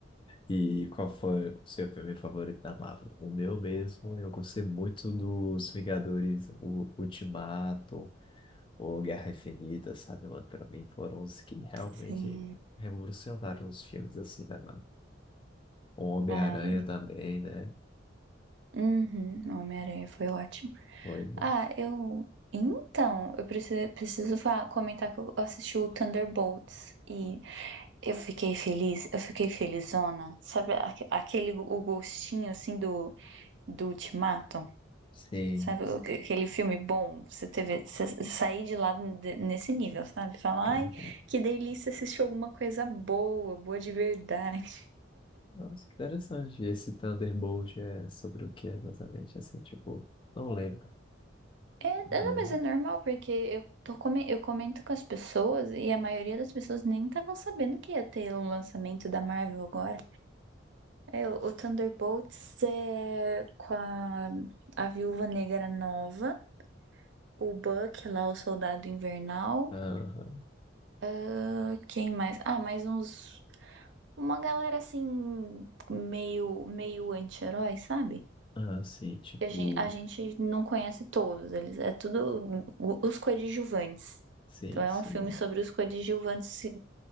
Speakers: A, on the left (about 25°); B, on the right (about 65°).
A: E qual foi o seu filme favorito da Marvel? O meu mesmo, eu gostei muito dos Vingadores, o Ultimato, O Guerra Infinita, sabe, mano? Pra mim foram os que realmente
B: Sim.
A: revolucionaram os filmes assim, né, mano? O Homem-Aranha
B: Ai.
A: também, né?
B: Uhum, Homem-Aranha foi ótimo.
A: Foi, né?
B: Ah, eu. Então, eu preciso, preciso fa- comentar que eu assisti o Thunderbolts e eu fiquei feliz, eu fiquei felizona. Sabe aque- aquele o gostinho assim do, do Ultimato?
A: Sim,
B: Sabe, o- Sei. aquele filme bom, você teve, você sair de lá de- nesse nível, sabe? Falar,
A: cara.
B: ai, que delícia assistir alguma coisa boa, boa de verdade.
A: Nossa, que interessante. E Esse Thunderbolt é sobre o que exatamente? Assim, tipo, não lembro.
B: É,
A: Não
B: é, não,
A: lembro.
B: mas é normal, porque eu, tô, come- eu comento com as pessoas e a maioria das pessoas nem estavam sabendo que ia ter o lançamento da Marvel agora. É, o, o Thunderbolts é com a, a Viúva Negra nova, o Buck lá, o Soldado Invernal.
A: Aham.
B: ah, quem mais? Ah, mais uns. Uma galera assim, meio, meio anti-herói, sabe?
A: Ah, sim, tipo,
B: Que A gente, a gente não conhece todos, eles é tudo o- os coadjuvantes.
A: sim,
B: Então é
A: sim.
B: um filme sobre os coadjuvantes se,